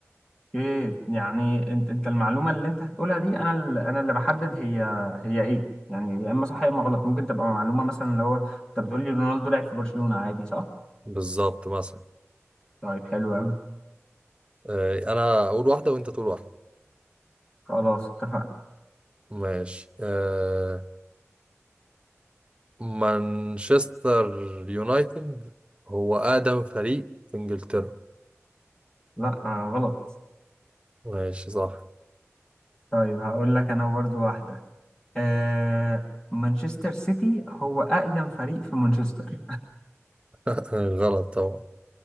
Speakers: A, on the left; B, on the right.
A: ايه يعني انت انت المعلومه اللي انت هتقولها دي انا ال- انا اللي بحدد هي هي ايه يعني يا اما صح يا اما غلط ممكن تبقى معلومه مثلا اللي هو انت بتقول لي رونالدو لعب في برشلونه عادي صح
B: بالظبط مثلا
A: طيب حلو قوي
B: آه، انا اقول واحده وانت تقول واحده
A: خلاص اتفقنا
B: ماشي آه، مانشستر يونايتد هو اقدم فريق في انجلترا
A: لا آه غلط
B: ماشي صح
A: طيب هقول لك انا برضو واحده آه مانشستر سيتي هو اقدم فريق في مانشستر
B: <laughs> غلط طبعا